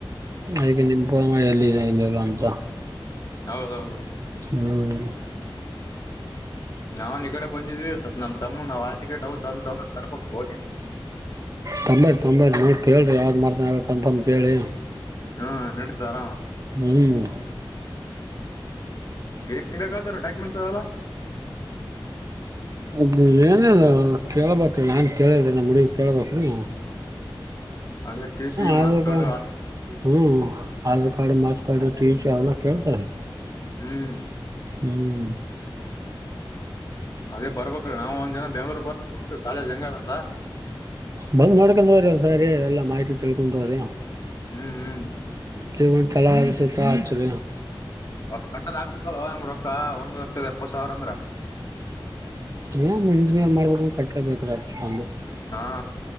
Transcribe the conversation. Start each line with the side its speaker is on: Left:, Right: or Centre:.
Right: ಅಗ ನಿಮ್ ಫೋನ್ ಮಾಡಿ ಎಲ್ಲಿದೆ ಇಲ್ಲಲ್ಲ ಅಂತ.
Left: ಹೌದೌದು
Right: ಹ್ಮ್
Left: ನಾವವು ನಿ ಈ ಕಡೆ ಬಂದಿದ್ವಿವ ನಮ್ಮ ತಮ್ಮ ನಾ ಆಾ ಟಿಕೆಟ್ ತಂದ ತ ತರ್
Right: ತಂಬರಿ ತಂಬರಿ ನ ಕೇಳ್ರಿ ಯಾವ್ದ್ ಮಾಡ್ತ ಕನ್ಫರ್ಮ್ ಕೇಳಿ
Left: ಹ್ಮ್ ನಡೀತು ಆರಾಮ
Right: ಹ್ಮ್
Left: ಎನ್ ಬೇಕಾವದ ಡಾಕ್ಯುೆಂಟ್ಸ್ ಅವಲ್ಲ
Right: ಅದು ಏನಲ್ಲ ಕೇೇಳಬೇಕ ನಾನ್ು. ಕೇಳಿಲ್ರಿ ನಮ್ಮ್ ಮುಡಡಿಗ್ ಕೇಳಳ್ಬೇಕ್ರಿ
Left: ಅದೇ ಟಿ ಸಿ ಮಾಸ್
Right: ಆಧಾರ್
Left: ಕಾಡು
Right: ಕಾರ್ಡ್
Left: ಆ
Right: ಹ್ಮ್ Aadhaar card ಮಾಚ್ card T C ಅವಲ್ಲ ಕೇಳ್ತಾರೆ
Left: ಹ್ಮ್
Right: ಹ್ಮ್
Left: ಅದೇ ಬರ್ಬೇಕ್ರ ನಾವು ಒಂದ್ ಜನ ಬೆಂಗ್ಳೂರು ಬ ಕಾಲಜ್ ಜಂಗಾರ ಅಂತ
Right: ಬಂದ್ ನೋಡ್ಕೊಂಡವ್ರಿ ಒಂದಸರಿಾರಿ ಎಲ್ಲಾ ಮಾಹಿತಿ ತಿಳ್ಕೊಂಡುವ್ರಿ
Left: ಹ್ಮ್ ಹ್ಮ್
Right: ಜೇವ ಚಲ ಸ ಆ್ರ
Left: ಹೊಸ್ ಕಟ್ಟದ್ ಹಾಕ್ಬಿಟ್ಟಲ್ವಾ ನಿಮ್ ರೊಕ್ಕ ಒಂದ್ ಲಕ್ಷದ ಎಪ್ಪತ್ ಸಾವಿರ ಅಂದ್ರ
Right: ನ ಮಂಜಿನೇರ್ ಮಾಡ್ಬೇಕ ಕಟ್ಲೇಬೇಕ್ರ ಅಷ್ಟೊಂದು
Left: ಹಾ